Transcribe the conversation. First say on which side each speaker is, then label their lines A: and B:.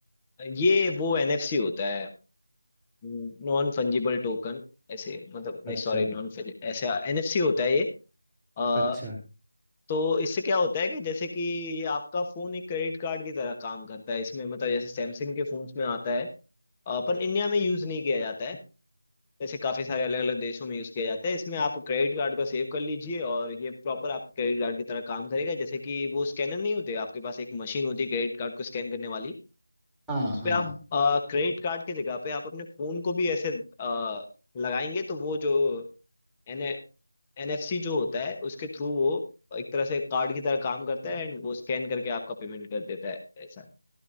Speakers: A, on the left (about 15°); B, in the centre.
A: ये वो एनएफसी होता है Non fungible token ऐसे मतलब
B: अच्छा
A: नहीं Sorry non ऐसे एनएफसी होता है ये अ,
B: अच्छा
A: तो इससे क्या होता है कि जैसे कि ये आपका फोन एक क्रेडिट कार्ड की तरह काम करता है इसमें मतलब जैसे सैमसंग के फोन्स में आता है अ, पर इंडिया में यूज नहीं किया जाता है जैसे काफी सारे अलग अलग देशों में यूज किया जाता है इसमें आप क्रेडिट कार्ड को सेव कर लीजिए और ये प्रॉपर आप क्रेडिट कार्ड की तरह काम करेगा जैसे कि वो स्कैनर नहीं होते आपके पास एक मशीन होती है क्रेडिट कार्ड को स्कैन करने वाली
B: हाँ
A: उस
B: हाँ
A: पे आप क्रेडिट कार्ड की जगह पे आप अपने फोन को भी ऐसे अ, लगाएंगे तो वो जो एन एनएफसी जो होता है उसके थ्रू वो एक तरह से कार्ड की तरह काम करता है एंड वो स्कैन करके आपका पेमेंट कर देता है ऐसा है।